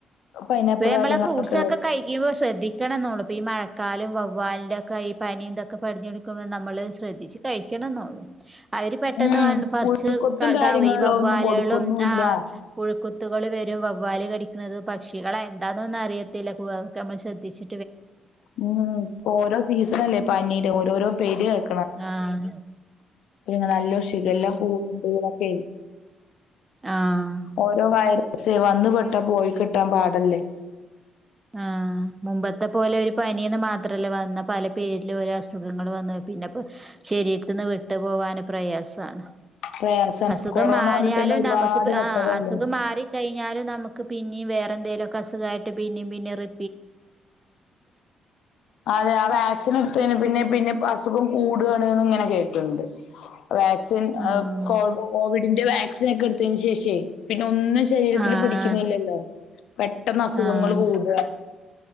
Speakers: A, on the left; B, on the right.
A: പൈനാപ്പിൾ
B: ഇപ്പ നമ്മളെ
A: കാര്യങ്ങളൊക്കെ
B: ഫ്രൂട്ട്സ്
A: ഉള്ളത്
B: ഒക്കെ കഴിക്കുമ്പോ ശ്രദ്ധിക്കണം എന്നോള്ളൂ ഇപ്പ ഈ മഴ ക്കാലും വവ്വാലിന്റെ ഒക്കെ ഈ പനി ഇന്തൊക്കെ പടിഞ്ഞഞ്ടുക്കുമ്പോൾ നമ്മള് ശ്രദ്ധിച്ചു കഴിക്കണന്നൊള്ളു അവര് പെട്ടെന്ന്
A: ഉം
B: വന്ന് പറ്ച്ച്
A: കൊത്തും
B: ക ഇതാവെ
A: കാര്യങ്ങളിലോ
B: ഈ വവ്വാലളും
A: ഒന്നും കൊടുക്കൊന്നുമില്ല
B: ആഹ് പുഴുക്കു ത്തുകള് വരും വവ്വാല് കടിക്ക്ണത് പക്ഷികളെ എന്താന്നൊന്നും അറിയത്തില്ല കുവ നമ്മള് ശ്രദ്ധിച്ച്
A: ഉം ഓരോ സീസണല്ലേ പനീടെ ഓരോരോ പേര് കേ
B: ആഹ്
A: <unintelligible> നല്ലോം ഷിഗല്ല കൂട്ണ്ട്ന്നൊക്കെ
B: ആ
A: ഓരോ വയറ സ്സ് വന്ന് പെട്ടാ പോയി കിട്ടാൻ പാടല്ലേ
B: ആഹ് മുമ്പ ത്തെ പോലെ ഒരു പനീന്ന് മാത്രല്ല വന്നാ പല പേരിലും ഓരോ അസുഖങ്ങള് വന്നാ പിന്നെപ്പൊ ശരീര്ത്ത് ന്ന് വിട്ട് പോവാന് പ്രയാസാണ്
A: പ്രയാസാണ്
B: അസുഖം
A: കൊറോണ
B: മാറിയാലും
A: വന്നിട്ട് തന്നെ ഒരുപാട്
B: നമുക്ക്പ്പെ
A: പെട്ടതല്ലേ
B: ആഹ് അസുഖം മാറി കഴി ഞ്ഞാലും നമുക്ക് പിന്നീം വേറെ എന്തേലൊക്കെ അസുഖായിട്ട് പിന്നിം പിന്നിം റി
A: അതെ ആഹ് വാക്സിൻ എടുത്തേന് പിന്നേം പിന്നെപ്പാ അസുഖും കൂടാണ്ന്ന്ങ്ങനെ കേക്ക്ണ്ട് വാക്സിൻ
B: ആഹ്
A: ഏഹ് കോ കോവിഡിന്റെ വാക്സിനെക്കെ ഇട്ത്തേന് ശേഷേ പി ന്നെ ഒന്നും ശരീരത്തില്
B: ആഹ്
A: പിടിക്കുന്നില്ലല്ലോ പെട്ടെന്ന് അസുഖങ്ങള്
B: ആഹ്
A: കൂടാ